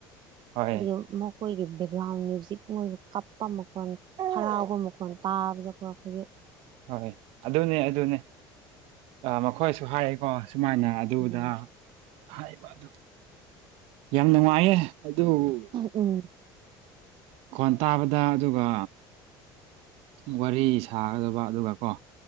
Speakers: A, on the right; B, on the right.
A: ꯍꯣꯏ
B: ꯑꯗꯨꯗꯒꯤ ꯑꯃꯨꯛ ꯑꯩꯈꯣꯏꯒꯤ ꯕꯦꯛꯒ꯭ꯔꯥꯎꯟ ꯃ꯭ꯌꯨꯖꯤꯛ ꯃꯣꯏꯅ ꯀꯞꯄ ꯃꯈꯣꯟ ꯍꯔꯥꯎꯕ ꯃꯈꯣꯟ ꯇꯥꯕꯗꯀꯣ ꯑꯩꯈꯣꯏꯒꯤ
A: ꯍꯣꯏ ꯑꯗꯨꯅꯦ ꯑꯗꯨꯅꯦ ꯃꯈꯣꯏꯁꯨ ꯍꯥꯏꯔꯦꯀꯣ ꯑꯨꯃꯥꯏꯅ ꯑꯗꯨꯗ
B: ꯎꯝ
A: ꯍꯥꯏꯕ ꯑꯗꯨ ꯌꯥꯝ ꯅꯨꯡꯉꯥꯏꯌꯦ ꯑꯗꯨꯗ
B: ꯎꯝ
A: ꯈꯣꯟ ꯇꯥꯕꯗ ꯑꯗꯨꯒ ꯋꯥꯔꯤ ꯁꯥꯒꯗꯕ ꯑꯗꯨꯒ ꯋꯥ